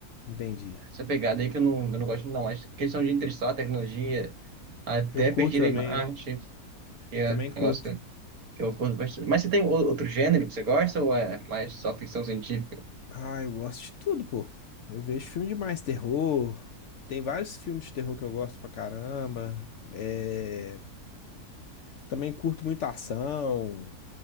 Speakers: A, on the left (about 65°); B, on the right (about 65°).
A: entendi.
B: Essa pegada aí que eu não, eu não gosto não, mas questão de interestelar tecnologia, até
A: Eu curto
B: Perdido
A: também,
B: em Marte, que é
A: também
B: um
A: curto.
B: negócio que que eu curto bastante. Mas você tem o- outro gênero que você gosta ou é mais só ficção científica?
A: Ah, eu gosto de tudo, pô. Eu vejo filme demais, terror. Tem vários filmes de terror que eu gosto pra caramba. É, também curto muito ação.